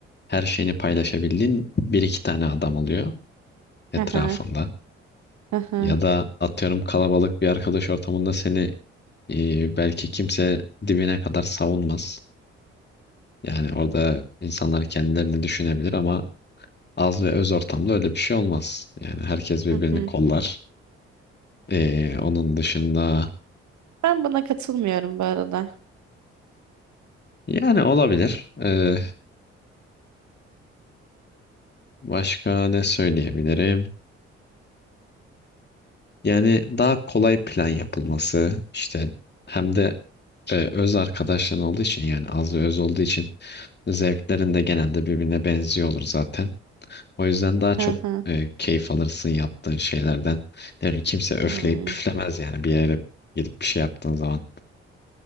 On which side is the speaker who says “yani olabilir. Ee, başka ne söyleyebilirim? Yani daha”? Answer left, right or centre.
Left